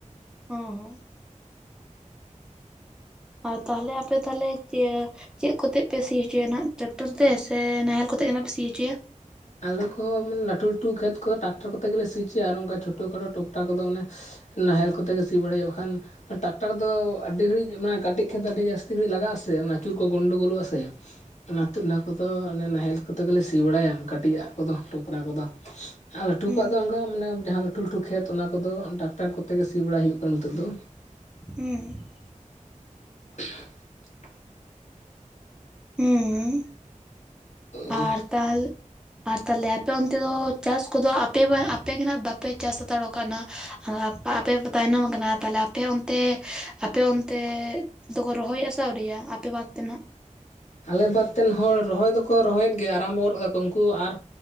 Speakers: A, in the centre; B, on the left (about 60°).
A: ᱦᱮᱸ <inaudible> ᱟᱨ ᱛᱟᱦᱚᱞᱮ ᱟᱯᱮ ᱛᱟᱦᱚᱞᱮ ᱪᱮᱫ ᱠᱚᱛᱮ ᱯᱮ ᱥᱤ ᱦᱚᱪᱚᱭᱟ ᱱᱟᱦᱟᱜ ᱴᱮᱨᱟᱠᱴᱚᱨ ᱛᱮ ᱥᱮ ᱱᱟᱦᱮᱞ ᱠᱚᱛᱮ ᱜᱮ ᱱᱟᱜ ᱯᱮ ᱥᱤ ᱦᱚᱪᱚᱭᱟ
B: ᱟᱞᱮ ᱠᱚᱦᱚᱸ ᱞᱟᱹᱴᱩ ᱞᱟᱹᱴᱩ ᱠᱷᱮᱛ ᱠᱚᱫᱚ ᱴᱨᱟᱠᱴᱟᱨ ᱠᱚᱛᱮ ᱜᱮᱞᱮ ᱥᱤ ᱦᱚᱪᱚᱭᱟ ᱟᱨ ᱚᱱᱠᱟ ᱪᱷᱳᱴᱳ ᱠᱷᱟᱴᱳ ᱴᱳᱠᱴᱟ ᱠᱚ ᱚᱱᱮ ᱱᱟᱦᱮᱞ ᱠᱚᱛᱮ ᱜᱮ ᱥᱤ ᱵᱟᱲᱟᱭ ᱦᱳᱭᱳᱜ ᱠᱷᱟᱱ ᱴᱟᱠᱴᱟᱨ ᱫᱚ ᱟᱹᱰᱤ ᱜᱷᱟᱹᱲᱤᱡ ᱢᱟᱱᱮ ᱠᱟᱹᱴᱤᱡ ᱠᱷᱮᱛ ᱫᱚ ᱟᱹᱰᱤ ᱡᱟᱹᱥᱛᱤ ᱜᱷᱟᱹᱲᱤᱡ ᱞᱟᱜᱟᱜᱼᱟ ᱥᱮ ᱟᱹᱪᱩᱨ ᱠᱚ ᱜᱚᱸᱱᱰᱳ ᱜᱳᱞᱳᱜᱼᱟ ᱥᱮ
A: <inaudible>
B: ᱚᱱᱟᱛᱮ ᱚᱱᱟ ᱠᱚᱫᱚ ᱱᱟᱦᱮᱞ ᱠᱚᱛᱮ ᱜᱮᱞᱮ ᱥᱤ ᱵᱟᱲᱟᱭᱟ ᱠᱟᱹᱴᱤᱡᱟᱻᱜ ᱠᱚᱫᱚ ᱴᱚᱯᱨᱟ ᱠᱚᱫᱚ <unintelligible> ᱟᱨ ᱞᱟᱹᱴᱩ
A: ᱦᱩᱸ
B: ᱠᱚᱣᱟᱜ ᱫᱚ ᱚᱱᱠᱟ ᱢᱟᱱᱮ ᱡᱟᱦᱟᱸ ᱞᱟᱹᱴᱩ ᱞᱟᱹᱴᱩ ᱠᱷᱮᱛ ᱚᱱᱟ ᱠᱚᱫᱚ ᱴᱟᱠᱴᱟᱨ ᱠᱚᱛᱮ ᱜᱮ ᱥᱤ ᱵᱟᱲᱟᱭ ᱦᱩᱭᱩᱜ ᱠᱟᱱᱟ ᱱᱤᱛᱚᱜ ᱫᱚ
A: ᱦᱮᱸ <unintelligible>
B: <inaudible>
A: ᱦᱩᱸ ᱦᱩᱸ
B: ᱳᱭ
A: ᱟᱨ ᱛᱟᱦᱞᱼᱼ ᱟᱨ ᱛᱟᱦᱚᱞᱮ ᱟᱯᱮ ᱚᱱᱛᱮ ᱫᱚ ᱪᱟᱥ ᱠᱚᱫᱚ ᱟᱯᱮ ᱟᱯᱮ ᱜᱮ ᱱᱟᱜ ᱵᱟᱯᱮ ᱪᱟᱥ ᱦᱟᱛᱟᱲᱚᱜ ᱠᱟᱱᱟ ᱟᱯᱮ ᱯᱮ ᱛᱟᱭᱱᱚᱢ ᱠᱟᱱᱟ ᱛᱟᱦᱚᱞᱮ ᱟᱯᱮ ᱦᱚ ᱚᱱᱛᱮ ᱟᱯᱮ ᱚᱱᱛᱮ ᱟᱫᱚ ᱠᱚ ᱨᱚᱦᱚᱭᱮᱜ-ᱟ ᱥᱮ ᱟᱣᱨᱤ ᱟᱯᱮ ᱵᱟᱫ ᱛᱮ ᱱᱟᱜ
B: ᱟᱞᱮ ᱵᱟᱫᱛᱮᱱ ᱦᱚᱲ ᱨᱚᱦᱚᱭ ᱫᱚᱠᱚ ᱨᱚᱦᱚᱭᱮᱫ ᱜᱮᱭᱟ ᱟᱨᱟᱢᱵᱚ ᱜᱚᱫ ᱮᱫᱟ ᱠᱚ ᱩᱱᱠᱩ ᱟᱨ